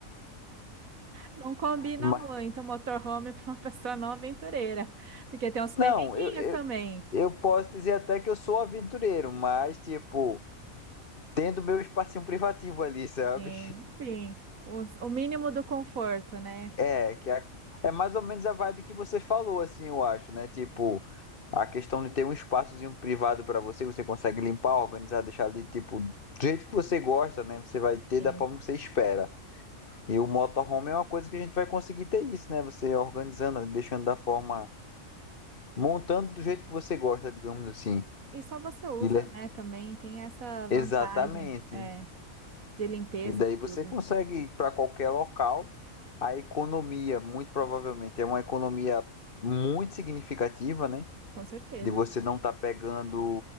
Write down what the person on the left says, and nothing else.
Mas,
não, eu, eu
Eu posso dizer até que eu sou aventureiro, mas, tipo, tendo meu espacinho privativo ali, sabe?
É, que é, é mais ou menos a vibe que você falou, assim, eu acho, né? Tipo, a questão de ter um espaçozinho privado pra você, você consegue limpar, organizar, deixar ali, tipo, do jeito que você gosta, né? Você vai ter
da forma que você espera. E o motorhome é uma coisa que a gente vai conseguir ter isso, né? Você organizando, deixando da forma, montando do jeito que você gosta, digamos assim.
Ele é-
Exatamente.
E daí você
consegue ir para qualquer local. A economia, muito provavelmente, é uma economia muito significativa, né?
De você não estar pegando